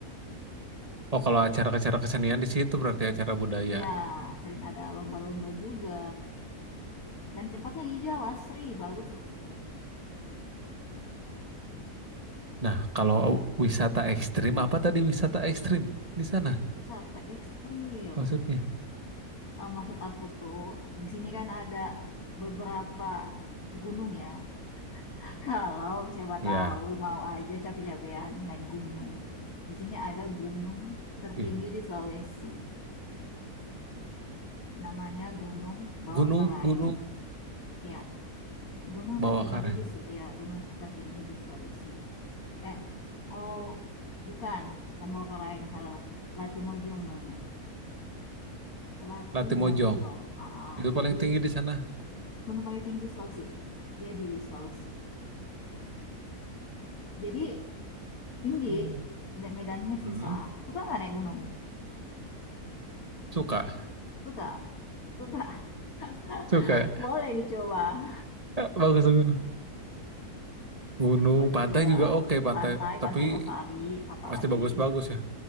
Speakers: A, on the right; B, on the left.
A: Oh kalau acara-acara kesenian di situ berarti acara budaya.
B: Iya, sering ada lomba-lomba juga. Dan tempatnya hijau, asri, bagus loh.
A: Nah kalau wisata ekstrim apa tadi wisata ekstrim di sana
B: Wisata ekstrim.
A: maksudnya?
B: Eh, maksud aku tuh, di sini kan ada beberapa gunung ya. <laughs> Kalau siapa
A: Ya,
B: tahu mau aja capek-capekan naik gunung. Di sini ada gunung tertinggi
A: ih,
B: di Sulawesi. Namanya Gunung Bawakaraeng.
A: gunung gunung
B: Iya, Gunung
A: bawah
B: tertinggi
A: karang,
B: di se ya gunung tertinggi di Sulawesi. Eh, oh bukan, bukan Bawakaraeng, salah. Latimojong namanya. Latimojong.
A: Latimojong
B: Aa,
A: itu
B: jadi
A: paling tinggi di sana.
B: gunung paling tinggi di Sulawesi. Dia di Sulawesi. Jadi tinggi
A: Hmm.
B: dan medannya susah.
A: Hmm.
B: Suka nggak naik gunung?
A: Suka,
B: Suka. Suka.
A: suka.
B: <laughs> Boleh dicoba.
A: Eh, Bagus gunung. Gunung,
B: Boleh
A: pantai
B: coba
A: juga oke pantai.
B: pantai,
A: Tapi
B: Pantai Losari apalagi
A: Pasti bagus-bagus ya